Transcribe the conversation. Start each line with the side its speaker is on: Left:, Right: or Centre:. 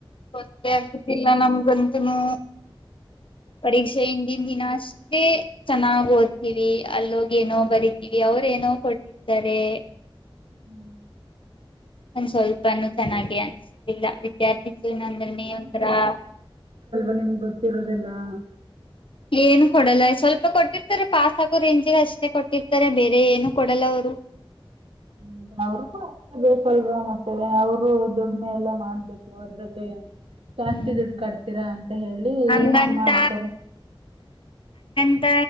Left: ಗೊತ್ತೆ ಆಗ್ತಿದಿಲ್ಲ ನಮ್ಗ್ ಅ ತನೂ ಪರೀಕ್ಷೆ ಹಿಂದಿನ ದಿನ ಅಷ್ಟೇ ಚೆನ್ನಾಗ್ ಓದ್ತೀವಿ ಅಲ್ಲೋಗ್ ಏನೋ ಬರಿತೀವಿ ಅವ್ರ್ ಏನೋ ಕೊಟ್ಟಿರ್ ತರೆ
Right: ಹ್ಮ್.
Left: ಒಂದ ಸ್ವಲ್ಪನುೂ ಚೆನ್ನಾಗಿ ಅನ್ಸಲಿಲ್ಲ ವಿದ್ಯಾರ್ಥಿ.
Right: <unintelligible>
Left: ಜೀವನ ಅಂದ್ರನೇ ಒಂಥರಾ
Right: ಏಡಲ್ವಾ ನಿಮ್ಗೆ ಗೊತ್ತಿರೋದೆಲ್ಲಾ.
Left: ಏನು ಕೊಡಲ್ಲ ಸ್ವಲ್ಪ ಕೊಟ್ಟಿರ್ತಾರೆ. ಪಾಸ್ ಆಗೋ ರೇಂಜಿಿಗೆ ಅಷ್ಟೇ ಕೊಟ್ಟಿರ್ತಾರೆ ಬೇರೆ ಏನು ಕೊಡಲ್ಲ ಅವರು.
Right: ಹೌದ ಅವ್ರ ಕೂ ಅ ಬೇಕಲ್ವಾ ಮತ್ತೆ ಅವರು ದುಡ್ಮೆ ಎಲ್ಲ ಮಾಡ್ಬೇಕು ಅದ್ರಲ್ಲಿ. ಜಾಸ್ತಿ
Left: ಹ್ಮ್
Right: ದುಡ್ ಕಡ್ತೀರಾ ಅಂತ ಹೇಳಿ
Left: ಹಂಗಂತ
Right: ಹಂಗ ಮಾಡ್ತಾರ.
Left: ಂತ